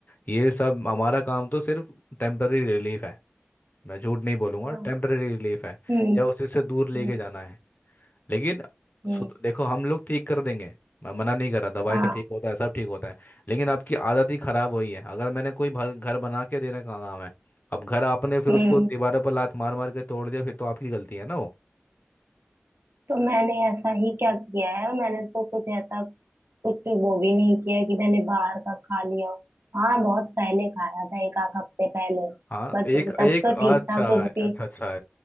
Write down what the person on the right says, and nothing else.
हाँ,
हम्म
हम्म
हम्म
हाँ
हम्म
तो मैंने ऐसा ही क्या किया है मैंने तो कुछ ऐसा कुछ वो भी नहीं किया है कि मैंने बाहर का खा लिया हो। हाँ बहुत पहले खाया था एक आध हफ्ते पहले
बट
तब
तो
ठीक था कुछ
भी